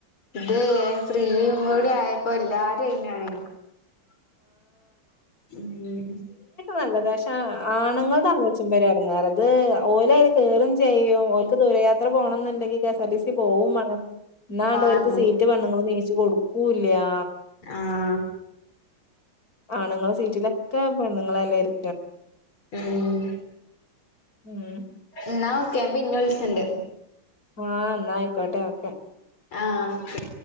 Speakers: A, on the left (about 85°); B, on the left (about 45°).
A: ഇത് ഫ്രീയും കൂടി ആയപ്പോ എല്ലാരും ഐനാണ്. ഉം.
B: നല്ലതാപക്ഷെ ആണുങ്ങൾത് ആലോയ്ച്ചുംബോ ഒരെടങ്ങേറാ ഇത് ഓലോയ്ല് കേറും ചെയ്യും ഓൽക്ക് ദൂരയാത്ര പോണംന്നുണ്ടെങ്കി കെ എസ്ആർ ടി സിക്ക് പോവും വാണം എന്നാണ്ടൊ
A: ആന്ന്
B: ഓൽക്ക് സീറ്റ് ഒറ്റ പെണ്ണുങ്ങളും നീച്ച് കൊടുക്കൂല്ലാ
A: ആഹ്
B: ആണുങ്ങളെ സീറ്റിലൊക്കെ പെണ്ണുങ്ങളെല്ലേ ഇരി
A: ഉം
B: ഉം
A: ന്നാ ഓക്കെ ഞാം പിന്നെ വിള്ച്ചണ്ട്
B: ആ ന്നാ ആയ്ക്കോട്ടെ ഓക്കെ
A: ആഹ് ക്കേ